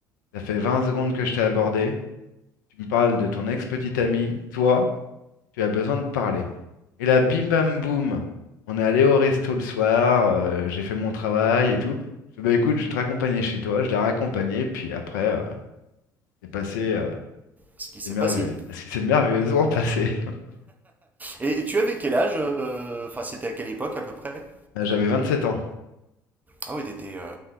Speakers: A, on the left (about 65°); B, on the right (about 15°).
A: ça fait 20 secondes que je t'ai abordé. Tu me parles de ton ex-petite amie, toi tu as besoin de parler. Et là, bim bam boum, on est allé au resto le soir, euh, j'ai fait mon travail et tout. Je fais, bah écoute, je vais te raccompagner chez toi, je l'ai raccompagné, puis après, euh, c'est passé, euh,
B: Ce qui s'est
A: c'est merveilleux.
B: passé.
A: Est-ce que c'est merveilleusement passé? <laughs>
B: Et, et tu avais quel âge? euh, Enfin, c'était à quelle époque à peu près?
A: Euh, J'avais sept ans.
B: Ah oui, t'étais euh,